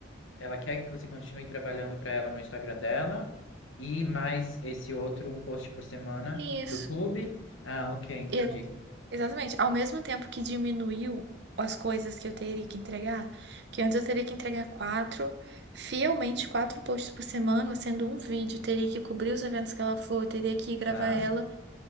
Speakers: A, on the left; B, on the right.
A: Ela quer que você continue trabalhando para ela no Instagram dela e mais esse outro, um post por semana
B: Isso.
A: do clube. Ah, ok, entendi.
B: Exa- Exatamente. Ao mesmo tempo que diminuiu as coisas que eu teria que entregar, que antes eu teria que entregar quatro, fielmente quatro posts por semana, sendo um vídeo, teria que cobrir os eventos que ela for, teria que gravar
A: Tá.
B: ela.